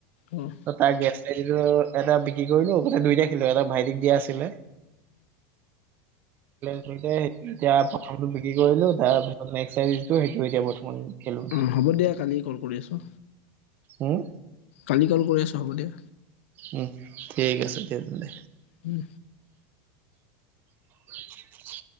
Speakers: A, on the left; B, on the right.
A: অ'
B: ত তাৰ গেছটা দিলো এটা বিক্ৰী কৰিলো মানে দুইটাই খেলো এটা ভাইটিক দিয়া আছিলে গতিকে সেটো এতিয়া প্ৰথমতো বিক্ৰী কৰিলো তাৰপিছত নেক্সট আই ডি টো সেইটো এতিয়া বৰ্তমান খেলো।
A: অঁ হ'ব দিয়া কালি কল কৰি আছোঁ
B: উম,
A: কালি কল কৰি আছোঁ হ'ব দিয়া
B: উম ঠিক আছে দিয়া তেন্তে
A: উম
B: <unintelligible>